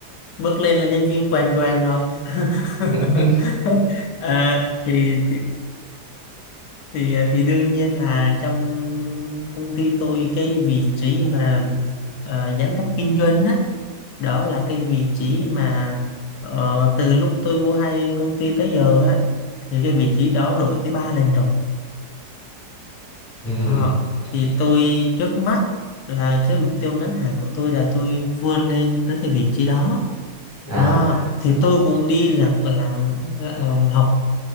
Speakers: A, on the left; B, on the left.
A: bước lên là nhân viên quèn quèn rồi.
B: <laughs>
A: <laughs> à, thì, thì thì à, thì đương nhiên là trong công ty tôi cái vị trí mà ờ, giám đốc kinh doanh á đó là cái vị trí mà ờ, từ lúc tôi vô hay công ty tới giờ á thì cái vị trí đó đổi tới ba lần rồi
B: ừ
A: đó. thì tôi trước mắt là cái mục tiêu ngắn hạn của tôi là tôi vươn lên tới cái vị trí đó
B: à
A: Đó. thì tôi cũng đi lặng lặng lặng lặng học